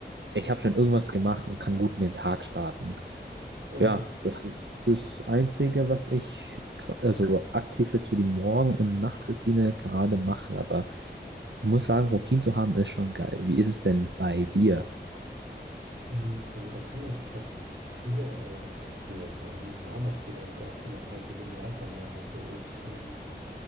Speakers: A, on the right; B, on the right.
A: ich habe schon irgendwas gemacht und kann gut in den Tag starten.
B: Ja.
A: Ja, das ist das Einzige, was ich gra- also aktiv jetzt für die Morgen- und Nachtroutine gerade mache. Aber muss sagen, Routinen zu haben ist schon geil. Wie ist es denn bei dir?
B: Mm, Also das Ding ist, ich habe früher, oder was heißt früher, vor einigen Jahren noch viel darauf geachtet und auch als ich in Japan war, hatte ich ähm,